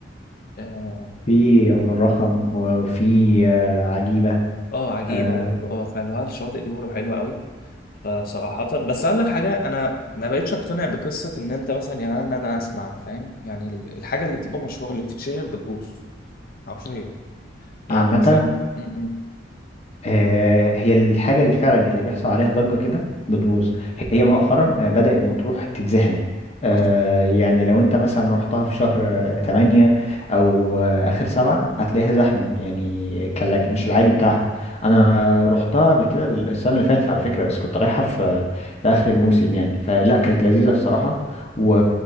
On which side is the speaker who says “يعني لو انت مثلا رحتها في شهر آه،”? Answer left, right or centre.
Left